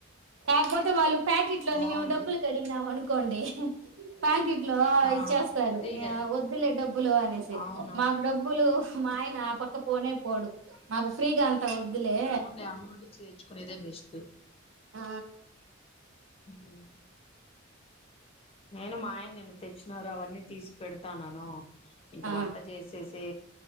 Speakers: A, on the right; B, on the left.
A: తకుపోతే వాళ్ళు ప్యాకెట్ లో
B: బాగుంది
A: మేము డబ్బులు కడిగినామను కొండి ప్యాకెట్ ఇంట్లో
B: ఆ
A: ఇచ్చేస్తారు
B: ఫ్రీగా
A: యే వద్దులే డబ్బులు అనేసి
B: అవునా
A: మాకు డబ్బులు మా ఆయన ఆ పక్క పోనే పోడు. మాకు ఫ్రీగా అం ట్ట వద్దులే
B: లే అమ్మ ఒడి చేయించుకునేదే బెస్టు
A: ఆ
B: ఇంద్రా నేను మా ఆయన నిన్ను తెచ్చినారా అవన్నీ తీసి పెడతానను. ఇంక
A: ఆ
B: వంట చేసేస్ తే